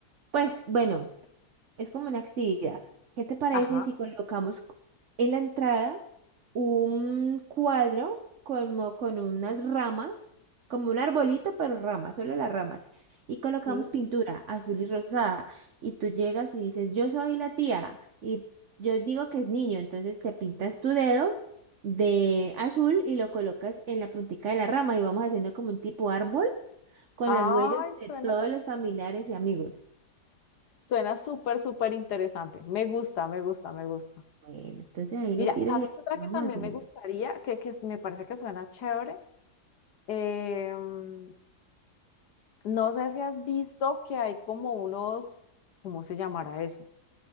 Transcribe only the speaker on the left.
ajá,
sí.
Ay,
suena,
suena súper, súper interesante. Me gusta, me gusta, me gusta.
Mira,
¿sabes
otra
que también
me gustaría, que, que me parece que suena chévere? Em, no sé si has visto que hay como unos, ¿cómo se llamará eso?